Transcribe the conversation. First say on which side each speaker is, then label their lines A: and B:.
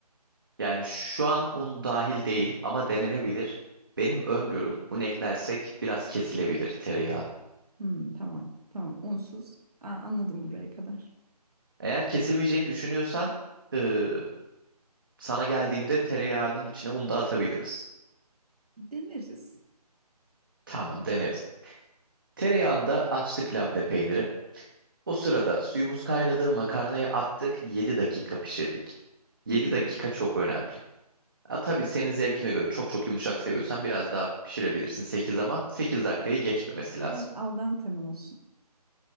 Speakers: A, on the right; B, on the right.
A: Yani şu an un dahil değil ama denenebilir. Benim öngörüm un eklersek biraz kesilebilir tereyağı.
B: Hmm, tamam. Tamam. Unsuz. Aa, anladım buraya kadar.
A: Eğer kesilmeyeceğini düşünüyorsan eee, sana geldiğimde tereyağının içine un da atabiliriz.
B: Deneriz.
A: Tamam deneriz. Tereyağında açtık labne peyniri. O sırada suyumuz kaynadı, makarnayı attık, 7 dakika pişirdik. Yedi
B: Hı hı.
A: dakika çok önemli. Ha, tabii senin zevkine göre çok çok yumuşak seviyorsan biraz daha pişirebilirsin 8 ama 8 dakikayı geçmemesi lazım.
B: Biraz al dente mi olsun?